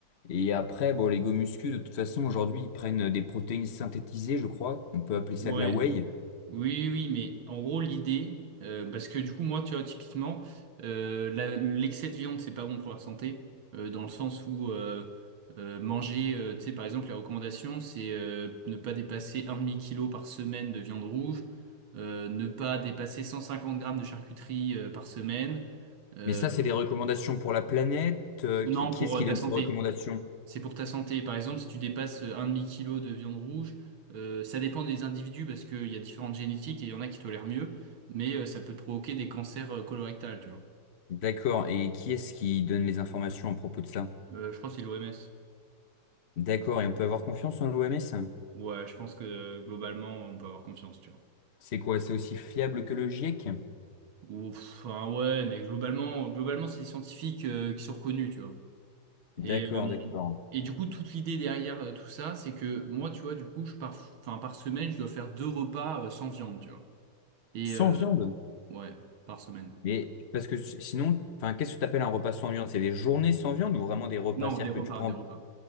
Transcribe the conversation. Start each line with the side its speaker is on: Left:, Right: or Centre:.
Left: Et après, bon, les gomuscu, de toute façon, aujourd'hui, ils prennent des protéines synthétisées, je crois. On peut appeler ça
Right: Ouais,
Left: de la whey.
Right: Oui, oui, mais en gros, l'idée, euh, parce que du coup, moi, tu vois, typiquement, euh, la- l'excès de viande, c'est pas bon pour la santé, euh, dans le sens où euh, euh, manger, euh, tu sais, par exemple, les recommandations, c'est euh, ne pas dépasser un demi-kilo par semaine de viande rouge, euh, ne pas dépasser 150 grammes de charcuterie euh, par semaine. Euh,
Left: Mais ça, c'est des recommandations pour la planète. Euh,
Right: non,
Left: qui, qui
Right: pour
Left: est-ce qui
Right: euh, ta
Left: donne
Right: santé.
Left: ces recommandations?
Right: C'est pour ta santé. Par exemple, si tu dépasses un demi-kilo de viande rouge, euh, ça dépend des individus parce qu'il y a différentes génétiques et il y en a qui tolèrent mieux, mais euh, ça peut provoquer des cancers euh, colorectals, tu vois.
Left: D'accord, et qui est-ce qui donne les informations à propos de ça?
Right: Euh, je crois que c'est l'OMS.
Left: D'accord, et on peut avoir confiance en l'OMS?
Right: Ouais, je pense que euh, globalement, on peut avoir confiance, tu vois.
Left: C'est quoi? C'est aussi fiable que le GIEC?
Right: Ou, enfin, ouais, mais globalement, globalement, c'est des scientifiques euh, qui sont reconnus, tu vois.
Left: D'accord,
Right: Et, euh,
Left: d'accord.
Right: et du coup, toute l'idée derrière euh, tout ça, c'est que moi, tu vois, du coup, je par, enfin, par semaine, je dois faire deux repas euh, sans viande, tu vois. Et
Left: Sans
Right: euh,
Left: viande?
Right: ouais, par semaine.
Left: Mais parce que si- sinon, enfin, qu'est-ce que tu appelles un repas sans viande? C'est des journées sans viande ou vraiment des repas
Right: Non,
Left: cest
Right: des
Left: à dire
Right: repas,
Left: que tu prends?
Right: des repas.